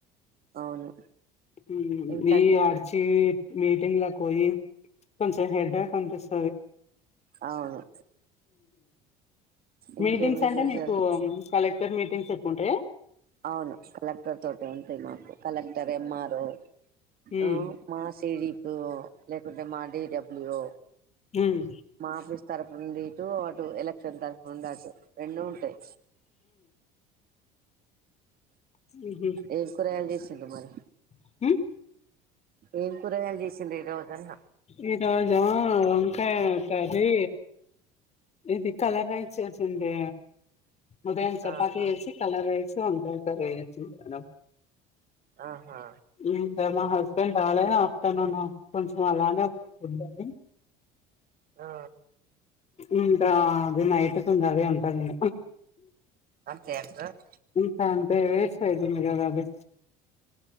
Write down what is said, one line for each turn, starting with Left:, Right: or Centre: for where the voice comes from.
Right: అవును
Left: మ్మ్
Right: ఇంకా
Left: నిను అరిచి మీటింగ్ లకు పోయి కొంచెం హెడ్ అనిపిస్తాది
Right: అవును ఇంకేం
Left: మీటింగ్స్
Right: విశేషాలు
Left: అంటే మీకు కలెక్టర్ మీటింగ్స్ ఎక్కువ ఉంటాయి
Right: అవును కలెక్టర్ తోటి ఉంటాయి మాకు కలెక్టర్ ఎమ్మర్వొ
Left: ఉమ్
Right: ఆ మా <unintelligible> లేకుంటే మాదేడబ్ల్యూ
Left: ఉమ్
Right: మా ఆఫీస్ తరపు నుండి ఇటు ఎలక్షన్ తరఫు ఉండట్టు రెండు ఉంటాయి
Left: ఉహు
Right: ఏం కూరగాయలు చెసిండ్రు మరి
Left: ఉమ్
Right: ఏం కూరగాయలు చేసిండ్రు ఈ రోజు అన్న
Left: ఈ రోజా వంకాయ కర్రి ఇది కలర్ రైస్ చేసింది ఉదయం చపాతి
Right: ఆహా
Left: చేసి కలర్ రైస్ వంకాయ కర్రీ చేసిన మేడం
Right: ఆహా
Left: ఇంకా మా హస్బెండ్ రాలే ఏమో తనన కొంచెం అలానే ఉండాది పుడ్ అది
Right: ఆ
Left: ఇంకా అది నైట్ కి ఉండాది అంటన్న
Right: కేండ్ర <unintelligible>
Left: ఇంకా అంటే వేస్ట్ అయితుంది కదా అది